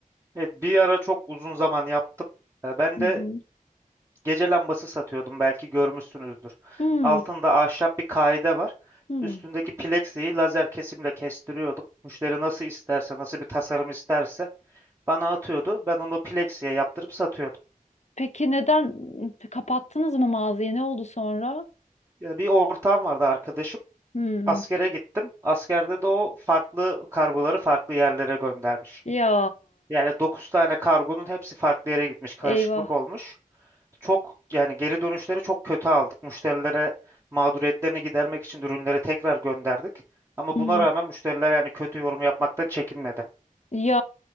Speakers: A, on the right; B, on the left.
A: Evet, bir ara çok uzun zaman yaptım. E, ben
B: Hı
A: de
B: hı.
A: gece lambası satıyordum. Belki görmüşsünüzdür.
B: Hmm,
A: Altında ahşap bir kaide var.
B: hmm.
A: Üstündeki plexiyi lazer kesimle kestiriyordum. Müşteri nasıl isterse, nasıl bir tasarım isterse bana atıyordu. Ben onu plexiye yaptırıp satıyordum.
B: Peki neden kapattınız mı mağazayı? Ne oldu sonra?
A: Ya bir ortağım vardı arkadaşım.
B: Hmm.
A: Askere gittim. Askerde de o farklı kargoları farklı yerlere göndermiş.
B: Ya
A: Yani 9 tane kargonun hepsi farklı yere gitmiş. Karışıklık
B: eyvah.
A: olmuş. Çok yani geri dönüşleri çok kötü aldık. Müşterilere mağduriyetlerini gidermek için ürünleri tekrar gönderdik. Ama
B: Hmm.
A: buna rağmen müşteriler yani kötü yorum yapmaktan çekinmedi.
B: Ya